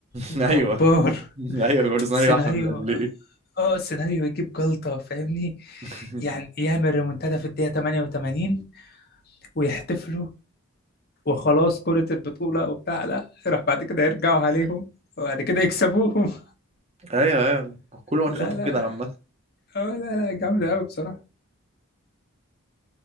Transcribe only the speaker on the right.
ايوه ايوه كل سنه
يبقى احنا بنعمل ايه
<laughs>
ايوه ايوه كل ماتشاتهم
كده عامه